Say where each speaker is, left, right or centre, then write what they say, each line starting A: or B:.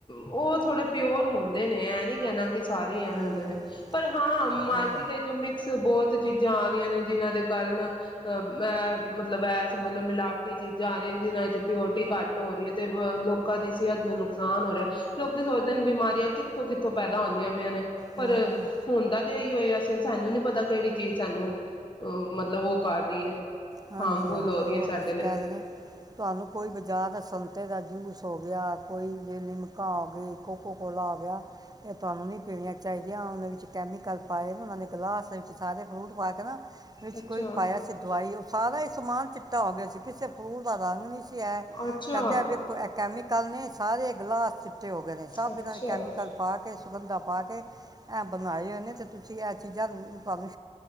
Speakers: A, on the left; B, on the right.
A: ਉਹ ਥੋੜ੍ਹੇ ਪਿਓਰ ਹੁੰਦੇ ਨੇ ਇਹ ਨਹੀਂ ਕਹਿਣਾ ਸਾਰੇ ਹੀ ਐਵੇਂ
B: ਹੂੰ
A: ਹੁੰਦੇ ਨੇ। ਪਰ ਹਾਂ ਮਾਰਕੀਟ
B: ਹੈ,
A: ਇੱਚ ਮਿਕਸ ਬਹੁਤ <unintelligible> ਚੀਜ਼ਾਂ ਆ ਰਹੀਆਂ ਨੇ ਜਿਹਨਾਂ ਦੇ ਕਾਰਨ ਅਹ ਅ ਮਤਲਬ ਐ ਸਮਜਲੋ ਸਮਲਬ ਮਿਲਾਵਟੀ ਚੀਜ਼ਾਂ ਆ ਰਹੀਆਂ ਨੇ, ਜਿਹਨਾਂ ਵਿੱਚ ਪਿਓਰਟੀ ਘੱਟ ਹੋਰੀ ਤੇ ਬ-ਲੋਕਾਂ ਦੀ ਸਿਹਤ ਨੂੰ ਨੁਕਸਾਨ ਹੋ ਰਿਹਾ ਲੋਕੀ ਸੋਚਦੇ ਨੇ ਬਿਮਾਰੀਆਂ ਕਿੱਥੋਂ ਕਿੱਥੋਂ ਪੈਦਾ ਹੁੰਦੀ ਪਿਆਂ ਨੇ। ਪਰ
B: ਹੂੰ ਹੂੰ
A: ਹੁਣਦਾ ਤੇ ਇਹੀ ਹੋਏ ਸਾਨੂੰ ਨੀ ਪਤਾ ਕਿਹੜੀ ਚੀਜ਼ ਸਾਨੂੰ ਅਹ ਮਤਲਬ ਉਹ ਕਰ ਰਹੀ ਹੈ।
B: ਹਾਂਜੀ-ਹਾਂਜੀ
A: ਹਾਰਮਫੁਲ ਹੋ ਰਹੀ
B: ਉਹ
A: ਹੈ ਸਾਡੇ
B: ਬਸ
A: ਲਈ
B: ਕਹਿ ਦੇਣੇ ਤੁਹਾਨੂੰ ਕੋਈ ਬਾਜਾਰ ਦਾ ਸੰਤੇ ਦਾ ਜੂਸ ਹੋ ਗਿਆ ਕੋਈ ਜੇ ਨਿਮਕਾ ਹੋ ਗਈ ਕੋਕੋ ਕੋਲਾ ਹੋ ਗਿਆ ਇਹ ਤੁਹਾਨੂੰ ਨਹੀਂ ਪੀਣੀਆਂ ਚਾਹੀਦੀਆਂ ਉਹਣਾ ਵਿੱਚ ਕੈਮੀਕਲ ਪਾਏ ਨੇ ਉਹਨਾਂ ਦੇ ਗਲਾਸ ਵਿੱਚ ਸਾਰੇ ਫਰੂਟ ਪਾ ਕੇ ਨਾ ਵਿੱਚ
A: ਅੱਛਾ
B: ਕੋਈ ਪਾਇਆ ਸੀ ਦਵਾਈ <unintelligible> ਇਹ ਸਮਾਨ ਚਿੱਟਾ ਹੋ ਗਿਆ ਸੀ ਕਿਸੇ ਫਰੂਟ ਦਾ ਰੰਗ ਨਹੀਂ ਸੀ।
A: ਅੱਛਾ
B: ਕਹਿੰਦੇ ਆ ਵੇਖੋ ਇਹ ਕੈਮੀਕਲ ਨੇ ਸਾਰੇ ਗਲਾਸ ਚਿੱਟੇ ਹੋ ਗਏ ਨੇ ਸਬ
A: ਅੱਛਾ
B: ਇੰਨਾ ਨੇ ਕੈਮੀਕਲ ਪਾ ਕੇ ਸੁਗੰਧਾ ਪਾ ਕੇ ਇਹ ਬਣਾਏ ਹੋਏ ਨੇ ਤੇ ਤੁਸੀਂ ਇਹ ਚੀਜ਼ਾਂ ਅ-ਪਾਵੇ